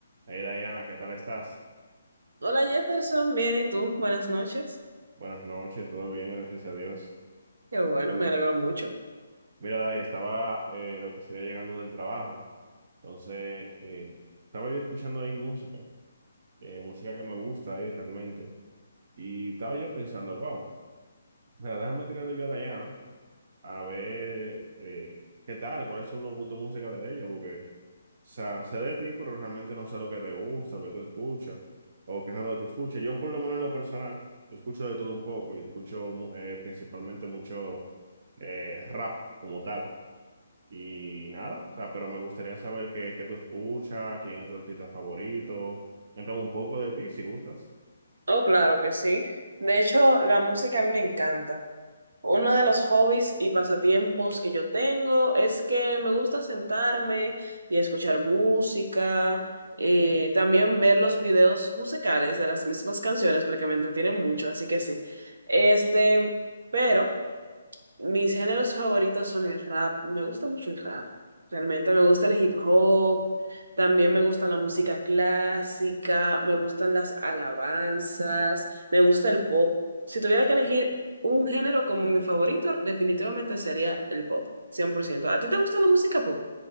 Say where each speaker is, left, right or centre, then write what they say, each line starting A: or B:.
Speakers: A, on the right; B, on the right.
A: Hey Diana, ¿qué tal estás?
B: Hola Jefferson, bien, ¿y tú? Buenas noches.
A: Buenas noches, todo bien, gracias a Dios.
B: Qué bueno, me alegro mucho.
A: Mira, Day, estaba eh, lo que sería llegando del trabajo, entonces eh, estaba yo escuchando ahí música, eh, música que me gusta ahí realmente, y estaba yo pensando, wow, o déjame tirarle yo a Diana, a ver eh, qué tal, cuáles son los gustos musicales de ella, porque, o sea, sé de ti, pero realmente no sé lo que te gusta, o que tú escuchas, o qué género tú escuchas. Yo, por lo menos en lo personal, yo escucho de todo un poco, y escucho mu- eh, principalmente mucho eh, rap como tal. Y nada, o sea, pero me gustaría saber qué, qué tú escuchas, quién es tu artista favorito. Cuéntame un poco de ti, si gustas.
B: Oh, claro que sí. De hecho, la música a mí me encanta. Uno de los hobbies y pasatiempos que yo tengo es que me gusta sentarme y escuchar música, eh, también ver los videos musicales de las mismas canciones porque me entretienen mucho, así que sí. Este, pero... Mis géneros favoritos son el rap. Me gusta mucho el rap. Realmente me gusta el hip hop. También me gusta la música clásica. Me gustan las alabanzas. Me gusta el pop. Si tuviera que elegir un género como mi favorito, definitivamente sería el pop. cien por ciento ¿A ti te gusta la música pop?